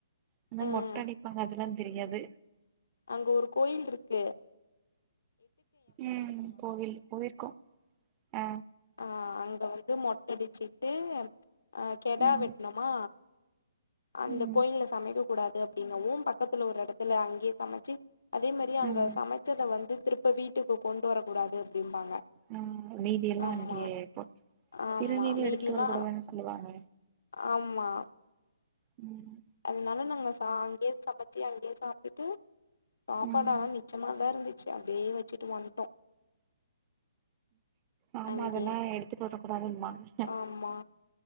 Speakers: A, on the right (about 30°); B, on the left (about 75°).
A: ஆனா
B: ம்
A: மொட்டடிப்பாங்க அதுலா தெரியாது
B: அங்க ஒரு கோயில்ருக்கு
A: ம் கோவில் போய்ருக்கோ ஆ
B: ஆ அங்க வந்து மொட்டடிச்சிட்டு அ கெடா
A: ம்
B: வெட்ணம்மா அந்த
A: ம்
B: கோயில்ல சமைக்க கூடாது அப்டின்னவும் பக்கத்துல ஒரு எட துல அங்கேயே சமைச்சு அதே மாரி அங்க
A: ம்
B: சமைச்சத வந்து திருப்ப வீட்டுக்கு கொண்டு வர கூடாது அப்டிம்பாங்க
A: ஆ மீதி எல்லா
B: ஆமா
A: அங்கேயேதா
B: ஆமா
A: திருநீர்லா
B: மீதியெல்லா
A: எடுத்துட்டு வர கூடாதான சொல்லுவாங்க
B: ஆமா
A: ம்
B: அதனால நாங்க சா அங்கேயே சமைச்சு அங்கேயே சாப்டுட்டு சாப்பாடு
A: ம்
B: ஆனா மிச் ச்சமாதா இருந்துச்சு அப்டியே வச்சுட்டு வந்ட்டோ
A: ஆமா
B: அங்கயே
A: அதெலா எடுத்துட் வரகூடாதுமாங்க
B: ஆமா